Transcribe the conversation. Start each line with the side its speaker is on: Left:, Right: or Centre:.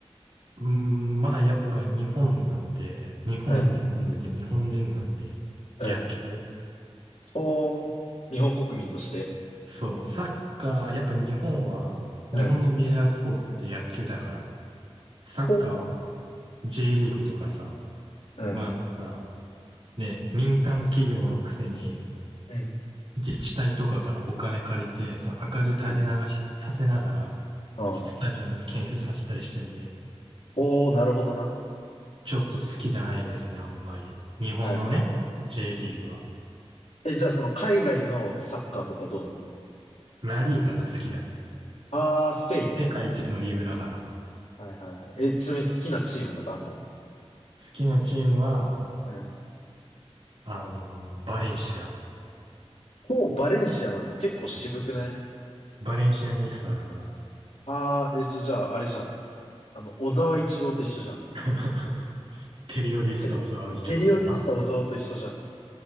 Right: うん、まあ、やっぱ日本なんで、日本に住んでて日本人なんで、
Left: うん、うん。
Right: 野球。
Left: ほー、日本国民として。
Right: そう、サッカー、やっぱ日本は、
Left: うん。
Right: 日本のメジャースポーツって野球だから、サッカーは
Left: ほ
Right: J リーグとかさ、
Left: ー、うん、
Right: まあなんかね、民間企業のくせに、
Left: うん、
Right: 自治体とかからお金借りて、その赤字垂れ流しさせながら、
Left: うん。はあ。
Right: スタジアム建設させたりしてんで、
Left: ほー、なるほどな。
Right: ちょっと好きじゃないですね、あんまり。日本のね、
Left: はいはいはい。
Right: J リーグは。
Left: え、じゃあその海外のサッカーとかどうなの
Right: ラリーガが好きだね。
Left: あー、スペインね。
Right: 世界一のリーグだから。好
Left: はいはいはい。え、ちなみに好きなチームとかあんの
Right: きなチームは、
Left: うん。
Right: あの、バレンシア。
Left: ほう、バレンシアなんだ。結構渋くない
Right: もうバレンシアニスタだから。
Left: ああー、え、それじゃあ、あれじゃん。あの、小沢一郎と一緒じゃん。
Right: <laughs> ペリオディスタ小沢一郎さん。
Left: ペ、ペリオディスタ小沢と一緒じゃん。